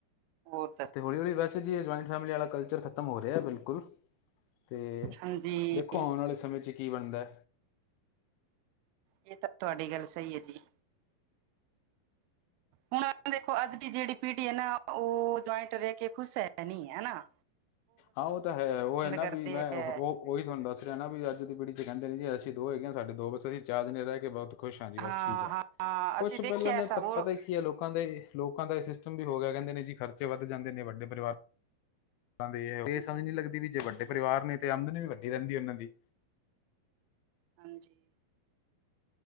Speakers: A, on the right; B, on the left.
A: ਹੋਰ
B: ਤੇ ਹੋਲੀ-ਹੋਲੀ ਵੈਸੇ ਜੀ ਏ ਜਆਇੰਟ ਫੈਮਲੀ ਵਾਲਾ ਕਲਚਰ ਖਤਮ ਹੋ ਰਿਆ ਬਿਲ ਕੁੱਲ ਅਲਤੇ
A: ਹਾਂਜੀ
B: ਦੇਖੋ
A: ਇਹ
B: ਓਣ ਆਲੇ ਸਮੇਂ ਚ ਕੀ ਬਣਦੈ।
A: ਏ ਤਾਂ ਤੁਹਾਡੀ ਗੱਲ ਸਈ ਐ ਜੀ। ਹੁਣ ਦੇਖੋ ਅੱਜ ਦੀ ਜੇੜੀ ਪੀੜ੍ਹੀ ਐ ਨਾ ਓ ਜੁਆਇੰਟ ਰੈ ਕੇ ਖੁਸ਼ ਹੈ ਨੀ ਹੈਨਾ।
B: ਹਾਂ ਓ ਤਾਂ ਹੈ ਓ ਐ ਨਾ
A: ਕਰਦੇ
B: ਵੀ ਮੈਂ
A: ਹੈ
B: ਓ ਓਈ ਥੋਂਨੂੰ ਦੱਸ ਰਿਆ ਨਾ ਵੀ ਅੱਜ ਦੀ ਪੀੜੀ ਚ ਕੈਂਦੇ ਨੇ ਜੀ ਅਸੀ ਦੋ ਹੈਗੇ ਸਾਡੇ ਦੋ ਬੱਸ ਅਸੀਂ ਚਾਰ ਦਿਨ ਰੈ ਕੇ ਬੋਤ ਖੁਸ਼ ਆਂਜੀ ਬਸ
A: ਹਾਂ
B: ਠੀਕ ਐ
A: ਹਾਂ
B: ਕੁਛ
A: ਅਸੀਂ ਦੇਖਿਆ
B: ਪੈਲਾਂ ਦੇ
A: ਐਸਾ
B: ਪ
A: ਹੋਰ
B: ਪਤਾ ਕੀ ਐ ਲੋਕਾਂ ਦੇ ਲੋਕਾਂ ਦਾ ਏ ਸਿਸਟਮ ਵੀ ਹੋ ਗਿਆ ਕੈਂਦੇ ਨੇ ਜੀ ਖਰਚੇ ਵੱਧ ਜਾਂਦੇ ਨੇ ਵਡੇ ਪਰਿਵਾਰ <unintelligible>
A: ਹਾਂਜੀ
B: ਦੀ ਰ ਸਮਝ ਨੀ ਲੱਗਦੀ ਵੀ ਜੇ ਵੱਡੇ ਪਰਿਵਾਰ ਨੇ ਤੇ ਆਮਦਨ ਵੀ ਵੱਡੀ ਰੈਂਦੀ ਉਨਾਂ ਦੀ
A: ਹਾਂਜੀ